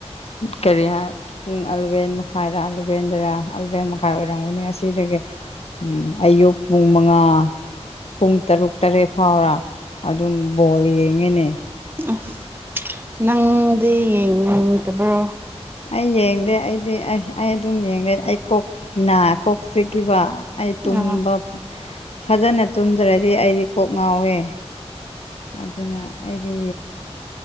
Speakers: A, on the left; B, on the right.
A: ꯀꯔꯤ ꯍꯥꯏ ꯄꯨꯡ ꯑꯂꯚꯦꯟ ꯃꯈꯥꯏꯔ ꯑꯦꯂꯚꯦꯟꯗꯔ ꯑꯂꯚꯦꯟ ꯃꯈꯥꯏ ꯑꯣꯏꯔꯝꯒꯅꯤ ꯑꯁꯤꯗꯒꯤ ꯎꯝ ꯑꯌꯨꯛ ꯄꯨꯡ ꯃꯉꯥ ꯄꯨꯡ ꯇꯔꯨꯛ ꯇꯔꯦꯠ ꯐꯥꯎꯔ ꯑꯗꯨꯝ ꯕꯣꯜ ꯌꯦꯡꯉꯅꯦ
B: ꯑꯁ ꯅꯪꯗꯤ ꯌꯦꯡꯅꯤꯡꯗꯕ꯭ꯔꯣ
A: ꯑꯩ ꯌꯦꯡꯗꯦ ꯑꯩꯗꯤ ꯑꯩ ꯑꯗꯨꯝ ꯌꯦꯡꯗꯦ ꯑꯩ ꯀꯣꯛꯀꯤꯅ ꯀꯣꯛ ꯆꯈꯤꯕ ꯑꯩ ꯇꯨꯝꯕ
B: ꯑꯣ
A: ꯐꯖꯅ ꯇꯨꯝꯗ꯭ꯔꯗꯤ ꯑꯩꯗꯤ ꯀꯣꯛ ꯉꯥꯎꯋꯦ ꯑꯗꯨꯅ ꯑꯩꯗꯤ